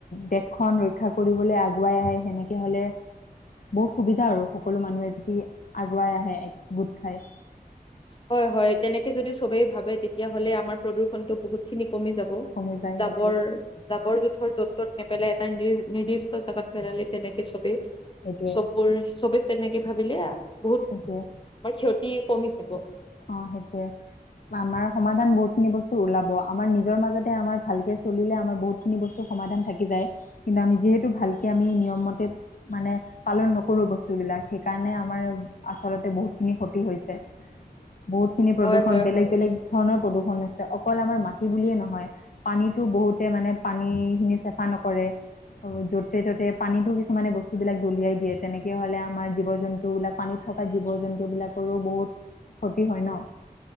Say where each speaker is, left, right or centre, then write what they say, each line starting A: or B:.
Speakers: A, on the left; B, on the left.
A: দেশখন ৰক্ষা কৰিবলৈ আগুৱাই আহে সেনেকে হলে বহুত সুবিধা আৰু সকলো মানুহে যদি আগুৱাই আহে গোট খাই।
B: হয় হয় তেনেকে যদি চবেই ভাবে তেতিয়াহলে আমাৰ প্ৰদূষণতটো বহুত খিনি কমি যাব
A: কমি যায়
B: জাবৰ
A: সেইটোৱে
B: জাবৰ জোথৰ য'ত ত'ত নেপেলাই এটা নিৰ নিদিষ্ট জেগাত পেলালে তেনেকে চ'বে
A: সেইটোৱে
B: চবোৰ চবে তেনেকে ভাবিলে বহুত
A: সেইটোৱে
B: আমাৰ ক্ষতি কমি যাব।
A: অ সেইটোৱে আমাৰ সমাধান বহুতখিনি বস্তু ওলাব আমাৰ নিজৰ মাজতে আমাৰ ভালকে চলিলে আমাৰ বহুতখিনি বস্তু সমাধান থাকি যায় কিন্তু আমি যিহেতু ভালকে আমি নিয়মমতে মানে পালন নকৰো বস্তু বিলাক সেইকাৰণে আমাৰ আচলতে বহুতখিনি ক্ষতি হৈছে। বহুত খিনি প্ৰদূষণ
B: হয় হয়
A: বেলেগ
B: হয়
A: বেলেগ ধৰণৰ প্ৰদূষণ অকল আমাৰ মাটি বুলিয়ে নহয় পানীতো বহুতে মানে পানী খিনি চেফা নকৰে য'তে ত'তে পানীতো কিছুমানে বস্তুবিলাক দলিয়াই দিয়ে তেনেকে হলে আমাৰ জীৱ জন্তু বিলাক পানীত থকা জীৱ জন্তু বিলাকৰো বহুত ক্ষতি হয় ন?